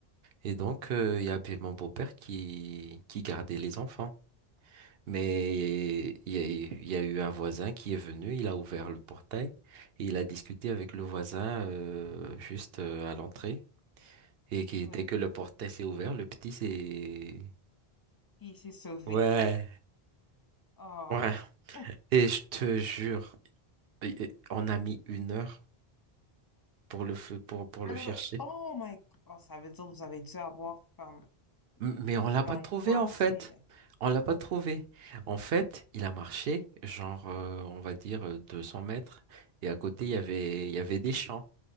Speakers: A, on the right; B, on the left.
A: Et donc, euh, il y avait mon beau-père qui, qui gardait les enfants. Mais
B: Oui,
A: il y a, il y a eu un voisin qui est venu, il a ouvert le portail et il a discuté avec le voisin euh, juste euh, à l'entrée. Et qui,
B: oui.
A: dès que le portail s'est ouvert, le petit s'est...
B: Puis il s'est sauvé.
A: Ouais.
B: Oh.
A: Ouais.
B: <laughs>
A: Et je te jure, et- et on a mis une heure pour le feu, pour, pour
B: Alors,
A: le chercher.
B: oh my God, Oh, ça veut dire que vous avez dû avoir comme
A: M- Mais
B: de
A: on l'a pas
B: l'angoisse,
A: trouvé en fait.
B: puis la-
A: On l'a pas trouvé. En fait, il a marché, genre, euh, on va dire, euh, 200 mètres. Et à côté, il y avait, il y avait des champs.